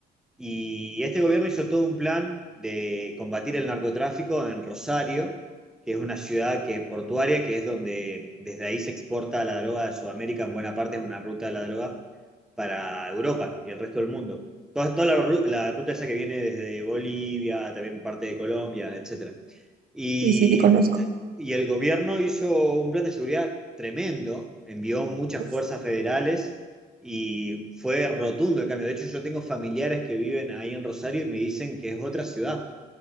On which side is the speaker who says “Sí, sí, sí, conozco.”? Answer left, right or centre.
Right